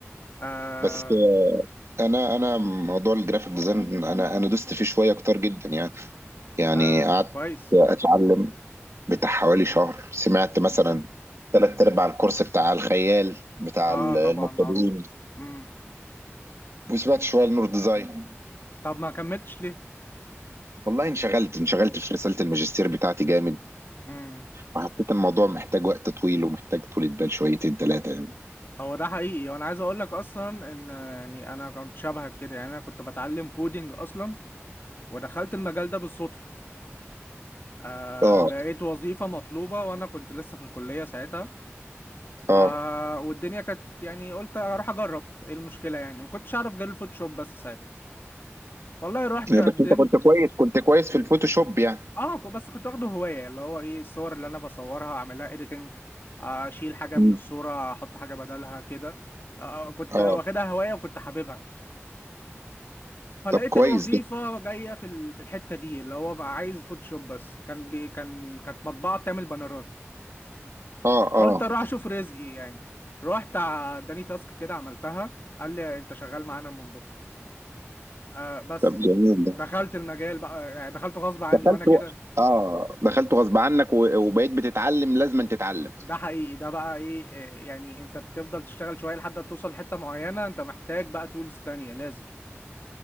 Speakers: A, on the left; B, on the right.
A: آه
B: بس انا انا موضوع الجرافيك ديزاين انا انا دوست فيه شوية كتير جدا يعني يعني
A: آه
B: قعدت
A: كويس
B: اتعلم بتاع حوالي شهر سمعت مثلا تلات ارباع الكورس بتاع الخيال بتاع
A: اه
B: المبتدئين
A: طبعا معروف امم
B: وسمعت شويه لنور ديزاين
A: طب ما كملتش ليه
B: والله انشغلت انشغلت في رساله الماجستير بتاعتي جامد
A: امم
B: وحسيت الموضوع محتاج وقت طويل ومحتاج طولة بال شويتين ثلاثه يعني
A: هو ده حقيقي وانا عايز اقول لك اصلا ان آه، يعني انا كنت شبهك كده يعني انا كنت بتعلم كودينج اصلا ودخلت المجال ده بالصدفة آه
B: اه
A: لقيت وظيفة مطلوبة وانا كنت لسه في الكلية ساعتها ف
B: اه
A: والدنيا كانت يعني قلت اروح اجرب ايه المشكله يعني ما كنتش اعرف غير الفوتوشوب بس ساعتها والله رحت
B: يعني
A: قدمت
B: بس انت كنت كويس كنت كويس في الفوتوشوب يعني
A: اه ك- بس كنت واخده هوايه اللي هو ايه الصور اللي انا بصورها اعملها اديتنج اشيل حاجه
B: مم.
A: من الصوره احط حاجه بدلها كده آه آه، كنت
B: اه
A: واخدها هوايه وكنت حاببها فلقيت
B: طب كويس
A: الوظيفه
B: ده
A: جايه في ال- في الحته دي اللي هو بقى عايز فوتوشوب بس كان بي كان كانت مطبعه بتعمل بانرات
B: اه اه
A: قلت اروح اشوف رزقي يعني رحت اداني تاسك كده عملتها قال لي انت شغال معانا من بكره آه بس
B: طب جميل ده
A: دخلت المجال بقى يعني دخلته غصب عني
B: دخلت
A: وانا كده
B: و... اه دخلت غصب عنك و- وبقيت بتتعلم لازم تتعلم
A: ده حقيقي ده بقى ايه إيه، يعني انت بتفضل تشتغل شويه لحد ما توصل لحته معينه انت محتاج بقى تولز تانية لازم